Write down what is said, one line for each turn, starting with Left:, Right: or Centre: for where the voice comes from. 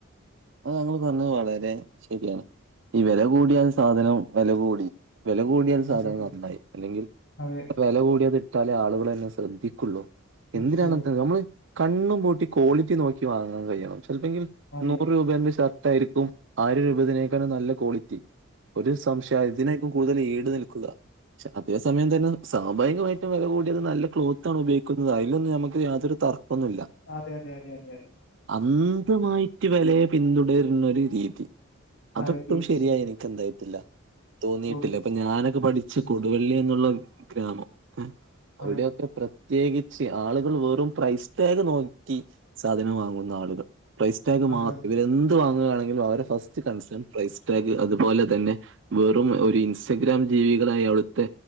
Right: അത് ഞങ്ങള് പറഞ്ഞത് വളരെ ശരിയാണ് ഈ വില കൂടിയാണ് സാധനം വില കൂടി വില കൂടിയാൽ സാധനങ്ങൾ
Left: അതെ അതെ
Right: നന്നായി അല്ലെങ്കിൽ
Left: അതെ
Right: വില കൂടിയാത് റ്റാല ആളുകളെ ശ്രദ്ധിക്കുള്ളൂ
Left: തീർച്ചയായും
Right: എന്തിനാണ് നമ്മള് കണ്ണും പൂട്ടി ക്വാളിറ്റി നോക്കി വാങ്ങ- ങ്ങാൻ കഴിയണം ചിലപ്പോങ്കിൽ
Left: അതെ
Right: നൂറ് രൂപേന്റെ ഷർട്ട് ആയിരിക്കും ആറ് രൂപതിനേക്കാാണ് നല്ല ക്വാളിറ്റി ഒരു സംശയം ഇതിനേക്കും കൂടുതൽ ഈട് നിൽക്കുക പക്ഷെ അതേ സമയം തന്നെ സ്വാഭാവികമായിട്ടും വില കൂടിയത് നല്ല ക്ലോത്താണ്ണ് ഉപയോഗിക്കുന്നത് അതിലൊന്ന് നമുക്ക് യാതൊരു തർക്ക- ഒന്നുമില്ല
Left: അതെ അതെ അതെ അതെ
Right: അന്ധമായിട്ട് വിലയെ പിന്തുടരുന്നൊരു രീതി അതൊട്ടും
Left: അതെ തീർച്ചയായും
Right: ശരിയായി എനിക്ക് എന്തായിട്ടില്ല തോന്നിയിട്ടില്ല
Left: തോന്നി
Right: അപ്പൊ ഞാനൊക്കെ പഠിച്ച്
Left: തീർച്ചയായും
Right: കൊണ്ട് കൊടുവള്ളി എന്നുള്ള ഗ്രാമം ഏ അവിടെ
Left: അതെ
Right: പ്ര പ്രത്യേകിച്ച് ആളുകൾ വെറും പ്രൈസ് ടാഗ് നോക്കി സാധനം വാങ്ങുന്ന ആളുകൾ പ്രൈസ് ടാഗ്
Left: അതെ
Right: മാത്രം ഇവരെ എന്ത് വാങ്ങുകയാണെങ്കിലും അവരെ ഫസ്റ്റ് കൺസേൺ പ്രൈസ് ടാഗ് അതുപോലെ തന്നെ വെറും ഒരു ഇൻസ്റ്റഗ്രാം ജീവികളായി അവിടുത്തെ